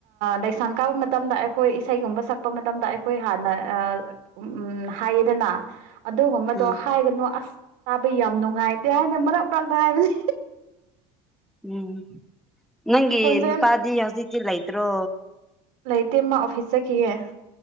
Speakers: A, on the right; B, in the centre.
A: ꯂꯩꯁꯥꯡ ꯀꯥ ꯃꯇꯝꯗ ꯑꯩꯈꯣꯏ ꯏꯁꯩꯒꯨꯝꯕ ꯁꯛꯄ ꯃꯇꯝꯗ ꯑꯩꯈꯣꯏ ꯍꯥꯟꯅ ꯎ ꯎ ꯍꯥꯏꯌꯦꯗꯅ ꯑꯗꯨꯒꯨꯝꯕꯗꯣ
B: ꯎꯝ
A: ꯍꯥꯏꯒꯅꯨ ꯑꯁ ꯇꯥꯕꯩ ꯌꯥꯝ ꯅꯨꯡꯉꯥꯏꯇꯦ ꯍꯥꯏꯅ ꯃꯔꯛꯄꯛꯛꯇ ꯍꯥꯏꯕꯅꯤ
B: ꯎꯝ ꯅꯪꯒꯤ
A: ꯈꯣꯟꯖꯦꯜ
B: ꯅꯨꯄꯥꯗꯤ ꯍꯁꯇꯂꯥꯏꯇ꯭ꯔꯣ
A: ꯂꯩꯇꯦꯃ ꯑꯣꯐꯤꯁ ꯆꯠꯈꯤꯌꯦ